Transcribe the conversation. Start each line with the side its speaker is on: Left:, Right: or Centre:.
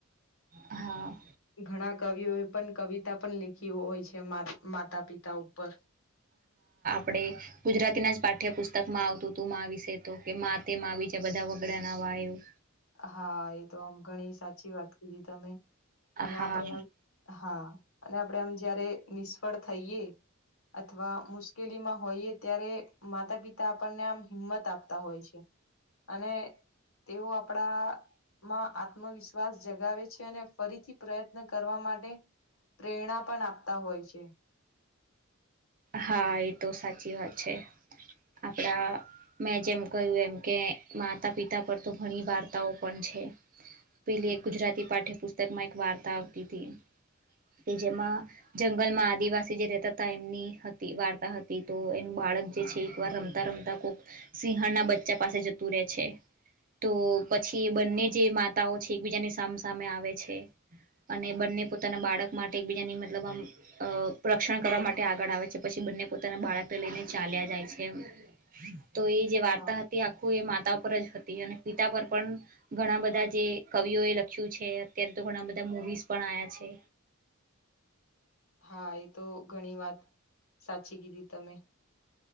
Right: હા.
Left: ઘણા કવિઓએ પણ કવિતા પણ લેખ હોય છે. માતા પિતા ઉપર
Right: આપ ગુજરાતી ના જ પાઠ્યપુસ્તક માં આવતું હતું. વિશે તો કે મા તે મા બીજા બધા વગડાના વા. ફઇવ
Left: હા એ તો આમ ઘણી સાચી વાત કીધી તમે. અને
Right: હા
Left: આપણેમ હા અને આપડ એમ જયારે નિષ્ફળ થઈએ અથવા મુશ્કેલીમાં હોઈએ. ત્યારે માતા પિતા આપણને આમ હિંમત આપતા હોય છે. અને તેઓ આપડામાં આત્મવિશ્વાસ જગ લગાવે છે. અને ફરીથી પ્રયત્ન કરવા માટે પ્રેરણા પણ આપતા હોય છે.
Right: હા એ તો સાચી વાત છે. આપડા મેં જેમ કહ્યું એમ કે માતા-પિતા પર તો ઘણી વાર્તાઓ છે. પેલી એક ગુજરાતી પાઠ્યપુસ્તક માં એક વાર્તા આવતી હતી. કે જેમાં જંગલ માં આદિવાસી જે રહેેતા હતા. એમની હતી વાર્તા હતી તો એનું બાળક જે છે. એક વાર રમતા રમતા કોક સિંહણના બચ્ચા પાસે જ ઉતરે છે. તો પછી બંને જે માતાઓ છે. એકબીજાની સામસામે આવે છે. અને બંને પોતાના બાળક માટે એકબીજાની મતલબ આમ રક્ષણ કરવા માટે આગળ આવે છે. પછી બંને પોતાના બાળકને લઈને ચાલ્યા જાય છે. તો એ જે વાર્તા
Left: હા
Right: હતી આખું એ મા પિતા પર જ હતી. અને પિતા પર પણ ઘણા બધા જે કવિઓ એ લખ્યું છે. અત્યારે તો ઘણા બધા મુવીઝ પણ આવ્યા છે.
Left: હા એ તો ઘણી વાત સાચી કીધી તમે.